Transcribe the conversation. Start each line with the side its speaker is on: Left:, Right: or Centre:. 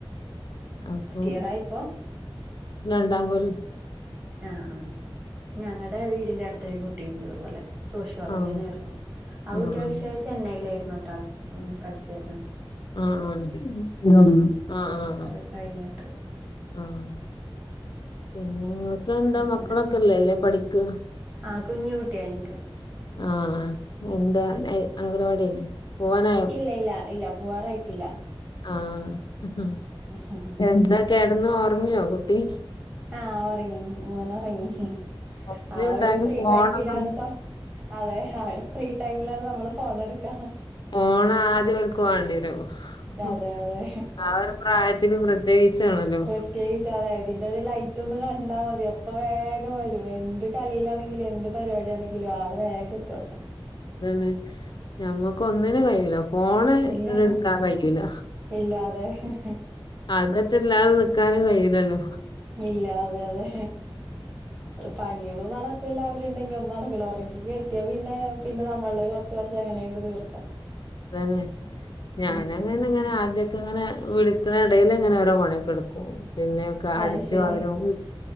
Left: അപ്പം
Right: ഇയറാ ഇപ്പൊ
Left: രണ്ടാം കൊല്ലം
Right: ആഹ് ആഹ് ഞങ്ങളടെ വീടിന്റെ അട്ത്തൊരു കുട്ടിണ്ട് ഇതുപോലെ സോഷ്യോളജിന്നെയാര്ന്നു
Left: ആഹ്
Right: ആ
Left: ആഹ്
Right: കുട്ടി പക്ഷെ ചെന്നൈയിലായിരുന്നുട്ടോ പഠിച്ചിര്ന്നെ
Left: ആഹ് ആഹ് ആഹ്
Right: അത്
Left: ആഹ്
Right: കഴിഞ്ഞിട്ട്
Left: ആഹ് പിന്നെ ഇങ്ങക്കെന്താ
Right: അങ്ങനെ
Left: മക്കളൊക്കെല്ലേ? അല്ലേ പഠിക്കാ?
Right: ആ കുഞ്ഞു കുട്ടിയാ എനിക്ക്
Left: ആഹ് എന്താ നയ് അംഗലവാടീല് പോവാനായോ?
Right: ഇല്ല ഇല്ല ഇല്ല പോവാറായിട്ടില്ല
Left: ആഹ്
Right: ഹ് ഹ് ഹ്
Left: എന്താ കെടന്ന് ഒറങ്ങിയോ കുട്ടി?
Right: ആഹ് ഒറങ്ങി മോനൊറങ്ങി
Left: ഓല്
Right: ആ
Left: എന്തായാലും
Right: ഒരു ഫ്രീ
Left: ഫോണൊന്നും
Right: ടൈമിലാണ്പ്പോ അതെ ആഹ് ഫ്രീ ടൈമിലാണ് നമ്മള് ഫോണെട്ക്ക
Left: ഫോൺ ആദ്യം ഓല്ക്ക് വാണ്ടിയെരും മ്
Right: അതെ അതെ
Left: ആഹ് ഒരു പ്രായത്തില് പ്രത്യേകിച്ചാണല്ലോ?
Right: പ്രത്യേകിച്ച് അതെ ഇതിന്റൊരു ലൈറ്റൊന്ന് കണ്ടാ മതി അപ്പൊ വേഗം വെരും എന്ത് കളിയിലാണെങ്കിലും എന്ത് പരിവാടിയാണെങ്കിലും ആള് വേഗെത്തു അട്ത്ത്
Left: അതെന്നെ ഞമ്മക്കൊന്നിനും കയ്യുലപ്പൊ ഫോണ് ഇങ്ങട്
Right: ഇല്ല
Left: ഇട്ക്കാൻ കയ്യുല
Right: ഇല്ല അതെ
Left: അതെറ്റെല്ലാതെ നിക്കാനും കയ്യൂലല്ലോ?
Right: ഇല്ല അതെ അതെ പണികളും നടക്ക ഇപ്പെല്ലാ അവര്ണ്ടെങ്കിയൊന്നും നടക്കൂല ഒറങ്ങി കെടത്തിയാ പിന്നെ പിന്നെ നമ്മള്ടേത് കൊറച്ച് കൊറച്ച് അങ്ങനേണ്ട് തീർക്കാം.
Left: അതന്നെ ഞാനങ്ങനന്നെ
Right: ഉം ഉം
Left: ഇങ്ങനെ ആദ്യക്കെങ്ങനെ വിളിക്ക്ളെടേല് ഇങ്ങനെ ഓരോ പണിയെക്കെടുക്കും പിന്നെ അടിച്ചു
Right: അത് ശരി
Left: വാരും